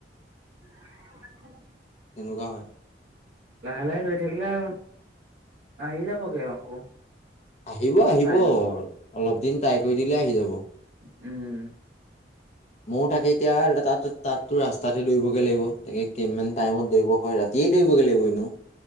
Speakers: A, on the right (about 75°); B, on the left (about 40°).
A: <unintelligible>
B: তেনেকুৱা হয়।
A: লাহে লাহে দৌৰি থাকিলে আহি যাবগে আকৌ।
B: আহিব, আহিব।
A: লাইনত
B: অলপ দিন ট্ৰাই কৰি দিলে আহি যাব।
A: উম।
B: মোৰ তাকে এতিয়া তাত তাতো ৰাস্তাতে দৌৰিবগে লাগিব। তাকে কিমান টাইমত দৌৰিব হয় ৰাতি। ধেই দৌৰিব গে লাগিব এনেও।